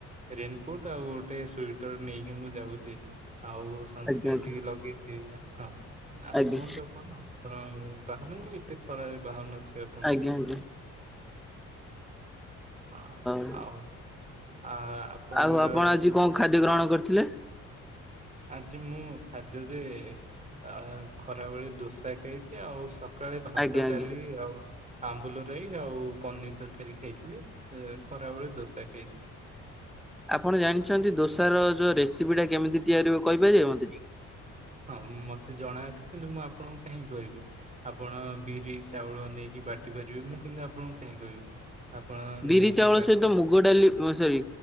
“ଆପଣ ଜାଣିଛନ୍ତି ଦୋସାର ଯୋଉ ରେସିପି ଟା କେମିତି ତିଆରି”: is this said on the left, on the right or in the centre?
Centre